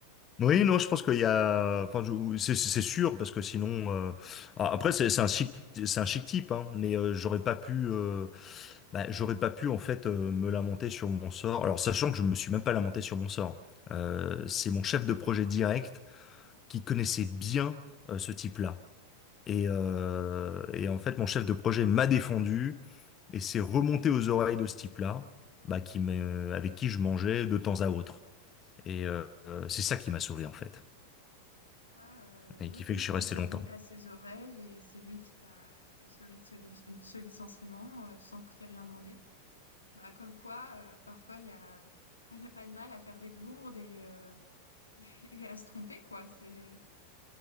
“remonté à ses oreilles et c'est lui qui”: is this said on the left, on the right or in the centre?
Left